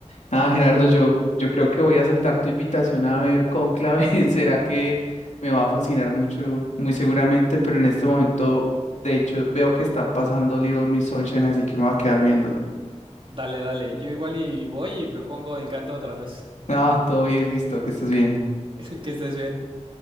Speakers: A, on the left; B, on the right.
A: Ah, Gerardo, yo, yo creo que voy a aceptar tu invitación a ver Cónclave. <laughs> Será que me va a fascinar mucho, muy seguramente, pero en este momento, de hecho, veo que están pasando Little Miss Sunshine, así que me voy a quedar viéndola.
B: Dale, dale. Yo igual y voy y me pongo Encanto otra vez.
A: Ah, todo bien, listo, que estés bien.
B: <laughs> Que estés bien.